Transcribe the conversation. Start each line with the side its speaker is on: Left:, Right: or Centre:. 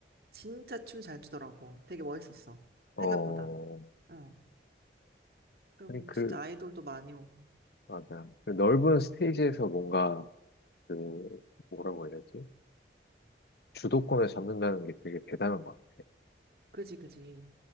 Right: 진짜 춤 잘 추더라고. 되게 멋있었어.
Left: 어,
Right: 생각보다. 어. 그리고
Left: 아니,
Right: 뭐
Left: 그,
Right: 진짜 아이돌도 많이 오고.
Left: 맞아. 그 넓은 스테이지에서 뭔가, 그, 뭐라고 해야 되지? 주도권을 잡는다는 게 되게 대단한 것 같아.
Right: 그지, 그지.